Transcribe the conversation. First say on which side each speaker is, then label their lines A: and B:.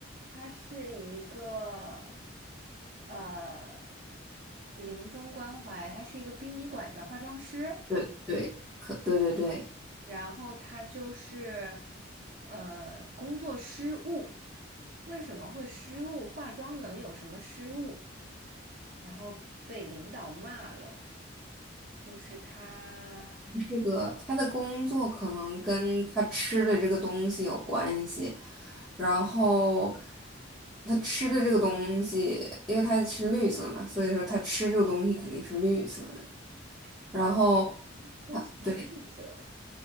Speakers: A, on the right; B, in the centre.
A: 他是一个呃临终关怀，他是一个殡仪馆的化妆师，
B: 对对，可对对对。
A: 然后他就是呃工作失误，为什么会失误？化妆能有什么失误？然后被领导骂了，就是他
B: 这个他的工作可能跟他吃的这个东西有关系，然后他吃的这个东西，因为他是绿色的嘛，所以说他吃这个东西肯定是绿色的。然后
A: 哇，东西是绿色的，
B: 对